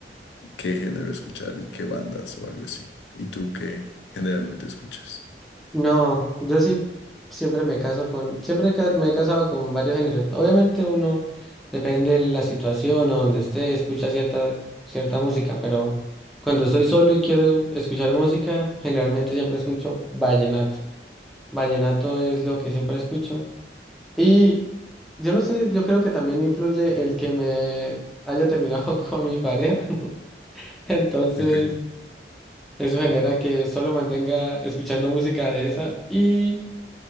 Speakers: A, on the left; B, in the centre.
A: qué género escuchar y qué bandas o algo así. ¿Y tú qué generalmente escuchas?
B: No, yo sí siempre me caso con, siempre ca- me he casado con varios géneros. Obviamente uno depende de la situación o donde esté, escucha cierta, cierta música, pero cuando estoy solo y quiero escuchar música, generalmente siempre escucho vallenato. Vallenato es lo que siempre escucho. Y yo no sé, yo creo que también influye el que me haya terminado <laughs> con mi pareja. <laughs> Entonces,
A: Ok,
B: eso genera que solo mantenga escuchando música de esa y,